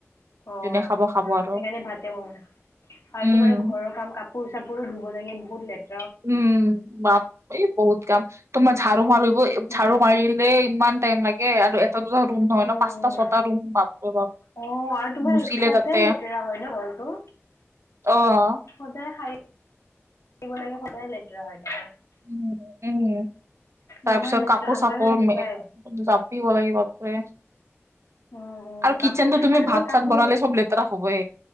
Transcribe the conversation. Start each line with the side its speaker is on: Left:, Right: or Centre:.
Left: অঁহ,
Right: যোনে খাব খাব আৰু
Left: সেইকাণে ভাতে বনোৱা আৰু
Right: উম
Left: তোমাৰ ঘৰৰ কাম কাপ- কাপোৰ চাপোৰো ধুব লাগে বহুতে লেত
Right: উম বাপ- এই বহুত কাম তোমাৰ ঝাৰু মাৰিব
Left: উম।
Right: ঝাৰু মাৰিলে ইমান টাইম লাগে আৰু- এটা দুটা ৰুম নহয়
Left: উম
Right: ন পচটা ছটা ৰুম বাপ ৰে বাপ
Left: উম অ আৰু তোমাৰ
Right: মুচিলে
Left: সদায়
Right: তাতে
Left: লেতেৰা হয় ন ঘৰটো
Right: অ
Left: সদায় সাৰিব লাগে সদায় লেতেৰা হয় তাকে
Right: উম উম তাৰ
Left: ইমান
Right: পিছত
Left: লেতেৰা
Right: কাপোৰ
Left: আমাৰো
Right: চাপোৰ
Left: সেনেকুৱাই
Right: জাপিব লাগিব বাপৰে
Left: উম উম
Right: আৰু
Left: কাপোৰ
Right: কিচেনটো তুমি
Left: আৰু তোমাৰ
Right: ভাত
Left: কাপোৰো
Right: চাত বনালে চব লেতেৰা হবই